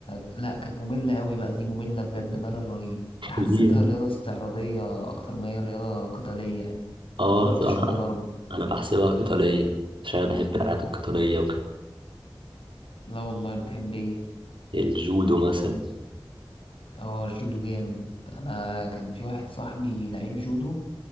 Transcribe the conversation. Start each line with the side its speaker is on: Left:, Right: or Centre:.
Left: لا كانت مملة قوي بقى دي مملة بجد ملل رهيب حسيتها
Right: <laughs> ليه بقى؟
Left: رياضة استعراضية أكتر ما هي رياضة قتالية يعني ما
Right: اه
Left: ضربتش
Right: صراحه
Left: ولا ضربة
Right: انا بحسبها قتاليه عشان انا بحب الالعاب القتاليه وكده
Left: لا والله بتحب ايه
Right: الجودو مثلا
Left: اه الجودو جامد أنا كان في واحد صاحبي لعيب جودو